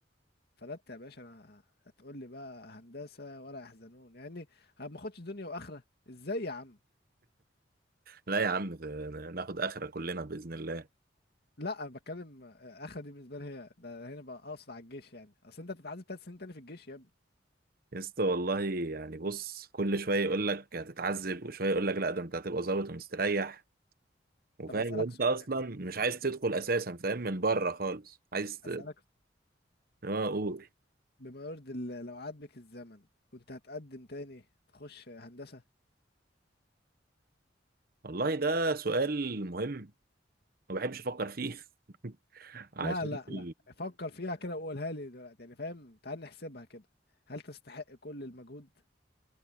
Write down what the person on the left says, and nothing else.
فلت يا باشا انا هتقول لي بقى هندسه ولا يحزنون يعني ما اخدش دنيا واخره ازاي يا عم
لا انا بتكلم آه، اخره دي بالنسبه لي هي ده هنا بقى اقصد على الجيش يعني اصل انت بتتعذب ثلاث سنين تاني في الجيش يا ابني
طب اسالك
سؤال
اسالك
بما يرضي الله، لو عاد بك الزمن كنت هتقدم تاني تخش هندسه
لا لا
لا فكر فيها كده وقولها لي دلوقتي يعني فاهم تعال نحسبها كده هل تستحق كل المجهود